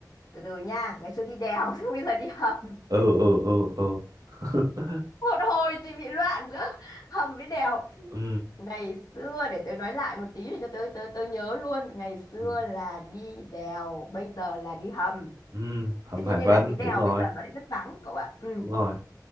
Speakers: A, on the left (about 60°); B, on the right (about 55°).
A: từ từ nha ngày xưa đi đèo <laughs> xong bây giờ đi hầm
B: ừ ừ ừ ừ <laughs>
A: một hồi thì bị loạn giữa hầm với đèo
B: ừ
A: ngày xưa để tớ nói lại một tí để cho tớ tớ tớ nhớ luôn ngày xưa
B: ừ
A: là đi đèo bây giờ là đi hầm
B: ừ hầm
A: Thế cho
B: Hải
A: nên
B: Vân
A: là cái đèo
B: đúng rồi
A: bây giờ nó lại rất vắng cậu ạ. Ừ,
B: đúng rồi